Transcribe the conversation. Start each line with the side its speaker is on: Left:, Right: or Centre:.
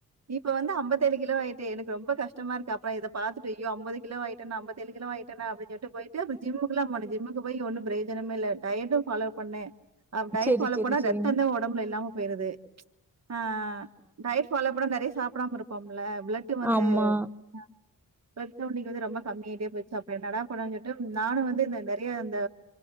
Right: இப்போ வந்து அம்பத்து ஏழு கிலோ ஆய் ஆயிட்டே எனக்கு ரொம்ப கஷ்டமா இருக்கு அப்புறோ இத பாத்துட்டு அய்யோ அம்பது கிலோ ஆயிட்டனா அம்பத்து ஏழு கிலோ ஆயிட்டனா அப்டின் சொல்லிட்டு போயிட்டு அப்பறோ ஜிம்முக்குலா போன ஜிம்முக்கு போய் ஒன்னு பிரியோஜனமே இல்ல டயட்டு ஃபாலோவ் பண்ணே அ டயட்
Centre: சரி,
Right: ஃபாலோ
Centre: சரி,
Right: பண்ணா
Centre: சரிங்க.
Right: ரத்தந்தா ஒடம்புல இல்லாம போயிருது ஆ டயட் ஃபாலோ பண்ணுன் நென் தே சாப்டாம இருப்போம் ல பிளட்டு வந்து
Centre: ஆமா.
Right: அ பிளட் கவுண்டிங் வந்து ரொம்ப கம்மியாயிட்டே போயிருச்சா அப்புறோ என்னடா பண்லான் சொல்லிட்டு நானு வந்து இந்த இந்த நறையா அந்த